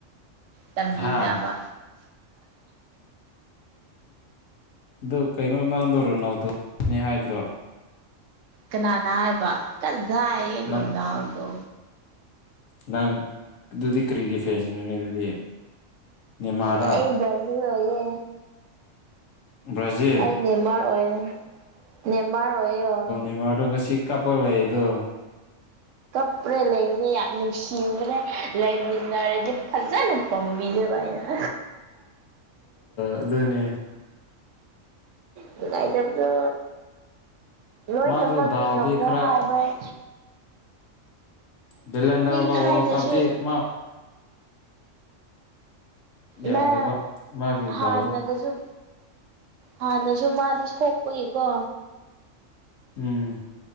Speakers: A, on the right; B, on the left.
A: ꯇꯝꯕꯤꯅꯕ
B: ꯍꯥ ꯗꯨ ꯀꯩꯅꯣ ꯅꯪꯗꯣ ꯔꯣꯅꯥꯜꯗꯣꯅꯦ ꯍꯥꯏꯗ꯭ꯔꯣ
A: ꯀꯅꯥꯅ ꯍꯥꯏꯕ ꯀꯗꯥꯏ
B: ꯅꯪ
A: ꯔꯣꯅꯥꯜꯗꯣ
B: ꯅꯪ ꯑꯗꯨꯗꯤ ꯀꯔꯤꯒꯤ ꯐ꯭ꯔꯦꯁꯅꯣꯅꯦ ꯑꯗꯨꯗꯤ ꯅꯦꯃꯥꯔꯔꯥ
A: ꯑꯩ ꯕ꯭ꯔꯥꯖꯤꯜ ꯑꯣꯏꯌꯦ
B: ꯕ꯭ꯔꯥꯖꯤꯜ
A: ꯑꯩ ꯅꯦꯃꯥꯔ ꯑꯣꯏꯌꯦ ꯅꯦꯃꯥꯔ ꯑꯣꯏꯌꯦ ꯑꯣ
B: ꯅꯦꯃꯥꯔꯗꯣ ꯉꯁꯤ ꯀꯥꯞꯄꯒ ꯂꯩꯗꯨ꯫
A: ꯀꯞꯄ꯭ꯔꯦ ꯂꯩꯕꯅꯦ ꯌꯥꯝ ꯅꯨꯡꯁꯤꯕꯅꯦ ꯂꯩꯃꯤꯟꯅꯔꯗꯤ ꯐꯖꯅ ꯄꯝꯕꯤꯗꯣꯏꯕ ꯑꯩꯅ꯫
B: ꯑꯗꯨꯅꯤ꯫
A: ꯅꯨꯉꯥꯏꯇꯕꯗꯣ꯫ ꯂꯣꯏꯅꯃꯛꯗꯤ
B: ꯃꯥꯗꯣ ꯗꯥꯎꯗꯤ
A: ꯉꯝꯃꯣ
B: ꯈꯔ
A: ꯍꯥꯏꯕꯩ꯫
B: ꯕꯦꯂꯟꯗꯔꯒ
A: ꯊꯥꯏꯅꯁꯨ
B: ꯋꯥꯔꯜ ꯀꯞ ꯇꯤ ꯃꯥ ꯌꯥꯗꯕ
A: ꯃꯥ
B: ꯃꯥꯒꯤ
A: ꯍꯥꯟꯅꯒꯁꯨ꯫
B: ꯗꯥꯎꯗꯣ
A: ꯍꯥꯟꯅꯁꯨ ꯃꯥꯗꯤ ꯁꯣꯛꯄꯒꯤꯀꯣ꯫
B: ꯎꯝ꯫